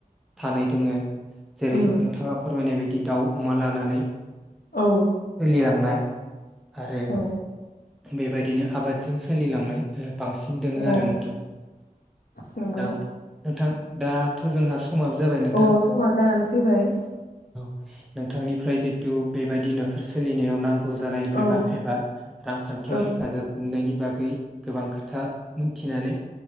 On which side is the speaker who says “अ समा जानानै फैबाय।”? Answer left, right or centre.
Left